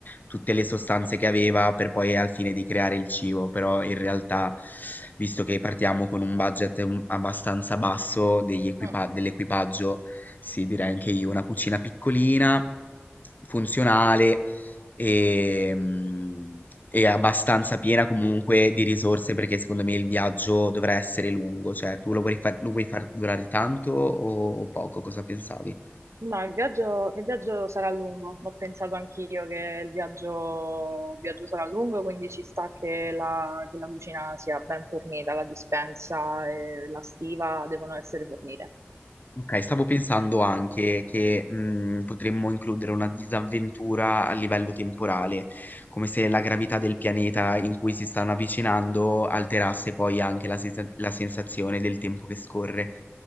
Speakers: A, on the left (about 40°); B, on the right (about 85°).
A: tutte le sostanze che aveva per poi al fine di creare il cibo, però in realtà visto che partiamo con un budget, mhmm, abbastanza basso degli equipa
B: Mm.
A: dell'equipaggio, sì, direi anche io una cucina piccolina funzionale e, mm, e abbastanza piena comunque di risorse perché secondo me il viaggio dovrà essere lungo, cioè tu lo vuoi far, lo vuoi far durare tanto o poco? Cosa pensavi?
B: No, il viaggio, il viaggio sarà lungo, ho pensato anch'io che il viaggio, il viaggio sarà lungo, quindi ci sta che la, che la cucina sia ben fornita, la dispensa e la stiva devono essere fornite.
A: Ok, stavo pensando anche che mm, potremmo includere una disavventura a livello temporale, come se la gravità del pianeta in cui si stanno avvicinando alterasse poi anche la, sensa- la sensazione del tempo che scorre.